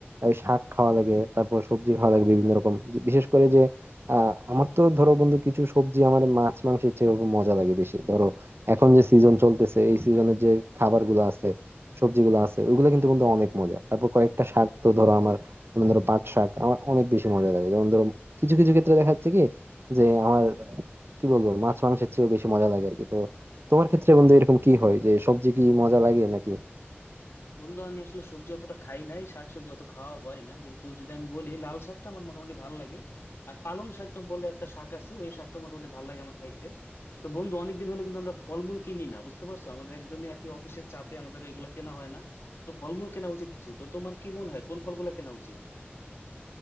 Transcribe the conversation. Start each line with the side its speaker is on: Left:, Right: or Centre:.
Right: এই শাক খাওয়া লাগে তারপর সবজি খাওয়া লাগে বিভিন্ন রকম যে- বিশেষ করে যে আহ আমার তো ধরো বন্ধু কিছু সবজি আমার মাছ মাংসের চেয়ে মজা লাগে বেশি ধরো এখন যে সিজন চলতেছে এই সিজনের যে খাবার গুলো আছে সবজিগুলো আছে ওইগুলো কিন্তু কিন্তু অনেক মজা তারপর কয়েকটা শাক তো ধরো আমার যেমন ধরো পাট শাক আমার অনেক বেশি মজা লাগে যেমন ধরো কিছু কিছু ক্ষেত্রে দেখা যাচ্ছে কি যে আমার কি বলবো মাছ মাংসের চেয়েও বেশি মজা লাগে আর কি তো তোমার ক্ষেত্রে বন্ধু এরকম কি হয় যে সবজি কি মজা লাগে নাকি
Left: বন্ধু আমি আসলে সবজি অতটা খাই নাই শাকসবজি অত খাওয়া হয় না কিন্তু যদি আমি বলি লাল শাকটা আমার মোটামুটি ভালো লাগে আর পালং শাকটা বলে একটা শাক আছে ওই শাকটা মোটামুটি ভালো লাগে আমার খাইতে তো বন্ধু অনেকদিন হলো কিন্তু আমরা ফলমূল কিনি না বুঝতে পারছো আমাদের একদমই আর কি অফিসের চাপে আমাদের এগুলো কেনা হয় না তো ফলমূল কেনা উচিত কিছু তো তোমার কি মনে হয় কোন ফলগুলো কেনা উচিত